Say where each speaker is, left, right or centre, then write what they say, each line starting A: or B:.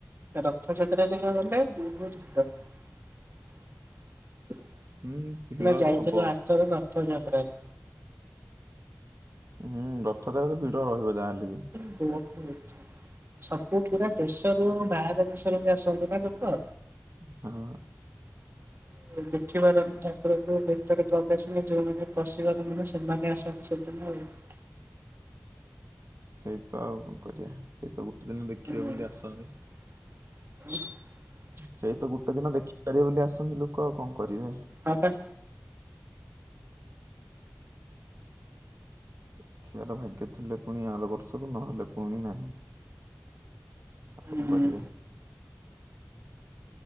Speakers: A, on the right; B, on the right.
A: ରଥଯାତ୍ରା ଦିନ ଗଲେ ବହୁତ ସୁନ୍ଦର।
B: ହୁଁ ଭିଡ
A: ଆମେ ଯାଇଥିଲୁ
B: ତ ହବ
A: ଆରଥର ରଥଯାତ୍ରାରେ।
B: ହୁଁ ରଥ ତାର ଭିଡ ରହିବ ଯାହାହେଲେ ବି।
A: <unintelligible> ସବୁ ପୁରା ଦେଶରୁ ବାହାର ଦେଶରୁ ବି ଆସନ୍ତି ନା ଲୋକ।
B: ହଁ।
A: <unintelligible> ଦେଖିପାରନି ଠାକୁରଙ୍କୁ ଭିତରେ ପ୍ରବେଶ ନାହିଁ, ଯୋଉମାନେ ପଶିପାରନ୍ତିଁ ନା ସେମାନେ ଆସନ୍ତି ସେ <unintelligible>
B: ସେଇ ତ ଆଉ କଣ କରିବା ସେଇ ତ ଗୋଟେ ଦିନ ଦେଖିବେ
A: ହୁଁ
B: ବୋଲି ଆସନ୍ତି।
A: <unintelligible>
B: ସେଇ ତ ଗୋଟେ ଦିନ ଦେଖିପାରିବେ ବୋଲି ଆସନ୍ତି ଲୋକ ଆଉ କଣ କରିବେ।
A: ହଁ ତ।
B: ଦେଖିବାର ଭାଗ୍ୟ ଥିଲେ ପୁଣି ଆର ବର୍ଷକୁ ନହେଲେ ପୁଣି ନାହିଁ। ଆଉ
A: ହୁଁ
B: କଣ କରିବେ।